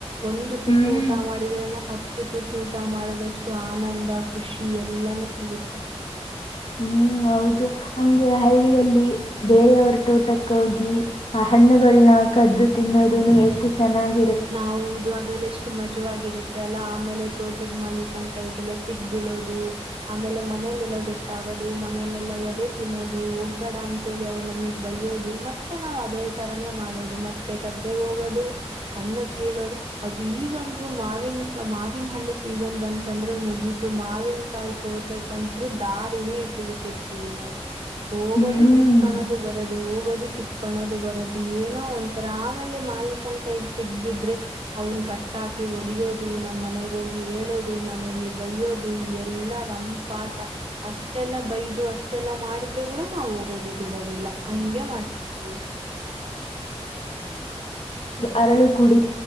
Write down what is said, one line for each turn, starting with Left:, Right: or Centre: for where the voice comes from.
Right: ಒಂದು ತುತ್ತು
Left: ಹ್ಞೂ
Right: ಊಟ ಮಾಡಿದ್ರೇನೆ ಹ. ಹತ್ತು ತುತ್ತು ಊಟ ಮಾಡದಷ್ಟು ಆನಂದ ಖುಷಿ ಎಲ್ಲಾನೂ ಸಿಗುತ್ತೆ.
Left: ಹ್ಮ್ ಹೌದು ಹಂಗೆ ಹಳ್ಳಿಯಲ್ಲಿ ಬೇರೆಯವರ ತೋಟಕ್ಕ ಹೋಗಿ. ಆ ಹಣ್ಣುಗಳನ್ನ ಕದ್ದು ತಿನ್ನೋದುನು ಎಷ್ಟು ಚೆನ್ನಾಗಿ
Right: ನಾವುದು ಅದೆಲ್ಲ ಎಷ್ಟ. ಮಜವಾಗಿರುತ್ತೆ ಅಲ್ಲಾ ಆಮೇಲೆ ತೋಟದ ಮಾಲಿಕನ ಕೈಗೆಲ್ಲ ಸಿಕ್ಬೀಳೋದು ಆಮೇಲೆ ಮನೇಲೆಲ್ಲ ಗೊತ್ತಾಗೋದು ಮನೆಲೆಲ್ಲ ಒದೆ ತಿನ್ನೋದು ಹೋಗ್ಬೇಡ ಅಂತೇಳಿ ಅವ್ರು ನಮಿಗ್ ಬೈಯ್ಯೋದು ಮತ್ತೆ ನಾವ್ ಅದೇ ತರಾನೇ ಮಾಡೋದು ಮತ್ತೆ ಗದ್ದೆಗ್ ಹೋಗೋದು. ಹಣ್ಣ ಕೇಳೋದ ಅದು ಈಗಂತೂ ಮಾವಿನ ಮಾವಿನ ಹಣ್ಣು ಸೀಸನ್ ಬಂತಂದ್ರೆ ಮುಗಿತು ಮಾವಿನಕಾಯಿ ತೋಟಂಕತ್ರೂ ದಾರಿನೇ ಹಿಡ್ದ್ ಬಿಟ್ಟಿರ್ತೀವಿ ನೋಡು. ಹೋಗೋದು
Left: ಹ್ಮ್
Right: ಕಿತ್ಕಾಣದು. ಬರದು ಹೋಗೋದು ಕಿತ್ಕೊಳ್ಳೋದು ಬರೋದು ಏನೋ ಒಂತರ ಆಮೇಲೆ ಮಾಲಕನ. ಕೈ ಸಿಗ್ಬಿದ್ರೆ ಅವನ್ ಕಟ್ಟಾಕಿ ಹೊಡಿಯೋದು ನಮ್ಮ್ ಮನೆಗೋಗಿ ಹೇಳೋದು ಮನೇಲಿ ಬಯ್ಯೋದು ಎಲ್ಲಾ ರಂಪಾಟ ಅಷ್ಟೆಲ್ಲ ಬೈದು ಅಷ್ಟೆಲ್ಲಾ ಮಾಡಿದ್ರೆ ಕೂಡ ನಾವ್ ಹೋಗೋದೆ ಬಿಡೋದಿಲ್ಲ ಹಂಗಗೆ ಮಾಡ್ತಿರ್ತೀವಿ
Left: ಅರಳ ಕುಡ